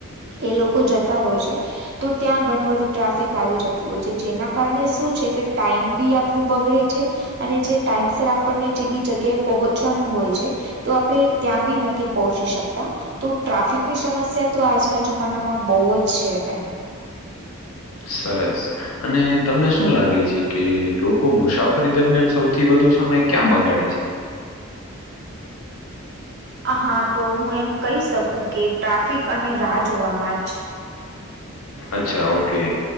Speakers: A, on the right (about 50°); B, on the left (about 70°).
A: એ લોકો જતા હોય છે. તો ત્યાં ઘણી બધી ટ્રાફિક આવી જતી હોય છે જેના કારણે શું છે કે ટાઈમ બી આપણું બગડે છે. અને જે ટાઈમ સર આપણને જે બી જગ્યાએ પહોંચવાનું હોય છે. તો આપણે ત્યાં બી નથી પહોંચી શકતા તો ટ્રાફિકની સમસ્યા તો આજના જમાનામાં બહુ જ છે એમ
B: સરસ. અને તમને શું લાગે છે કે લોકો મુસાફરી દરમિયાન સૌથી વધુ સમય ક્યાં બગાડે છે?
A: હા તો હું એમ કહી શકું કે ટ્રાફિક અને રાહ જોવામાં જ
B: અચ્છા ઓકે